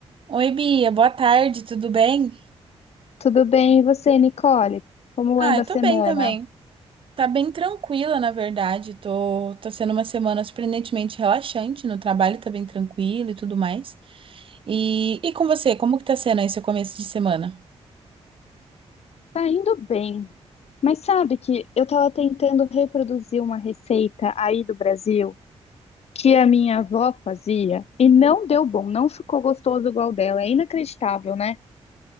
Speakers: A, on the right; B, on the left.
A: Oi, Bia, boa tarde, tudo bem?
B: Tudo bem, e você, Nicole? Como
A: Ah,
B: anda
A: eu
B: a
A: tô
B: semana?
A: bem também. Tá bem tranquila, na verdade. Tô, tá sendo uma semana surpreendentemente relaxante no trabalho, tá bem tranquilo e tudo mais. E, e com você, como que tá sendo aí seu começo de semana?
B: Tá indo bem, mas sabe que eu estava tentando reproduzir uma receita aí do Brasil que a minha avó fazia e não deu bom, não ficou gostoso igual dela. É inacreditável, né?